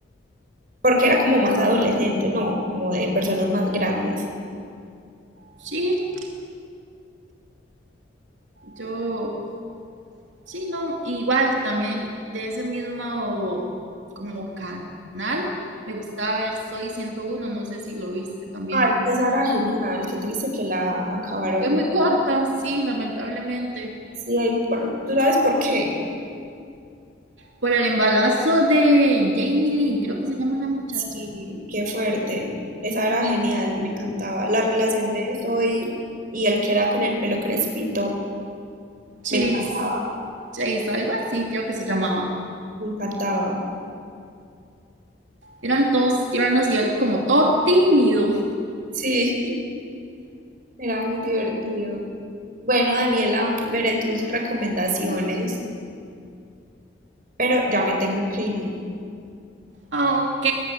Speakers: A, on the right; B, on the right.
A: porque era como más adolescente, no, como de personas más grandes.
B: Sí, yo, sí, no, igual también de ese mismo como canal, me gustaba ver Soy ciento uno no sé si lo viste también.
A: Ay, esa era genial, qué triste que la acabaron.
B: Fue muy corta, sí, lamentablemente.
A: Sí, ahí por, ¿tú sabes por qué?
B: por el embarazo de Jamie Lynn, creo que se llama la muchacha.
A: Sí, qué fuerte. Esa era genial, me encantaba. La relación de Zoe y el que era con el pelo crespito,
B: Chase,
A: me encantaba,
B: Chase, algo así creo que se llamaba.
A: me encantaba.
B: Eran todos tiernos y él como todo tímido.
A: Sí, Era muy divertido. Bueno, Daniela, veré tus recomendaciones, pero ya me tengo que ir.
B: Ah, ok.